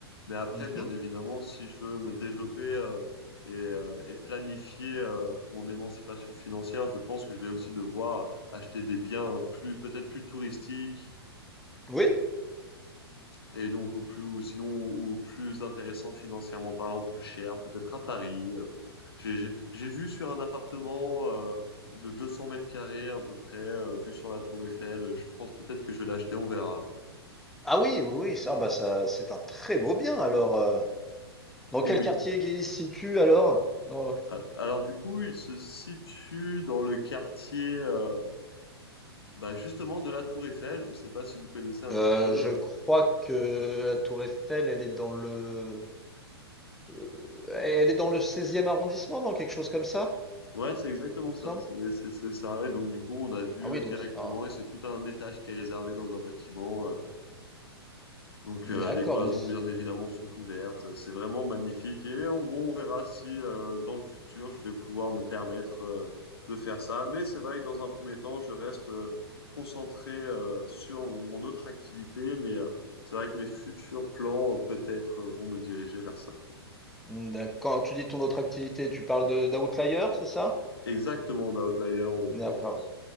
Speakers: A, on the left; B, in the centre.
A: Mais après,
B: Mhm.
A: bien évidemment, si je veux me développer euh, et, euh, et planifier euh, mon émancipation financière, je pense que je vais aussi devoir acheter des biens euh, plus, peut-être plus touristiques
B: Oui.
A: et donc, au plus, ou sinon, au au plus intéressant financièrement parlant, plus cher, peut-être à Paris. euh. J'ai j'ai- j'ai vu sur un appartement euh, de 200 mètres carrés à peu près, euh, vu sur la tour Eiffel. Je pense peut-être que je vais l'acheter, on verra.
B: Ah oui, oui, oui, ça, bah ça, c'est un très beau bien. Alors, euh, dans quel
A: Et oui.
B: quartier il se situe alors? Dans-
A: Ah, Alors du coup, il se situe dans le quartier euh, bah, justement de la tour Eiffel. Je ne sais pas si vous connaissez un
B: Euh,
A: petit peu.
B: je crois
A: euh.
B: que la Tour Eiffel, elle est dans le Heu, elle est dans le seizième arrondissement, dans Quelque chose comme ça,
A: Ouais, c'est exactement
B: il me semble?
A: ça. C'est c'est- c'est ça. Et donc du coup, on a vu
B: Ah oui,
A: euh, directement,
B: donc c'est un
A: et c'est tout un étage qui est réservé dans un bâtiment. euh, Donc
B: d'accord,
A: euh, les cloisons,
B: donc c
A: bien évidemment, sont ouvertes. C'est vraiment magnifique. Et on, bon, on verra si euh, dans le futur, je vais pouvoir me permettre euh, de faire ça. Mais c'est vrai que dans un premier temps, je reste euh, concentré euh, sur mon autre activité. Mais euh, c'est vrai que mes futurs plans, euh, peut-être, euh, vont me diriger vers ça. quoi.
B: mmh, d'ac quand tu dis ton autre activité, tu parles de d'Outlier, c'est ça?
A: Exactement, d'Outlier en l'occurrence.
B: D'accord.